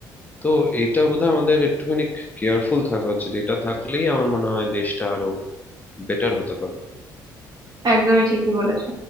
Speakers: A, on the left; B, on the right.
A: তো এটা বোধহয় আমাদের একটুখানি কেয়ারফুল থাকা উচিত এটা থাকলেই আমার মনে হয় দেশটা আরো বেটার হতে পারে
B: একদমই ঠিকই বলেছো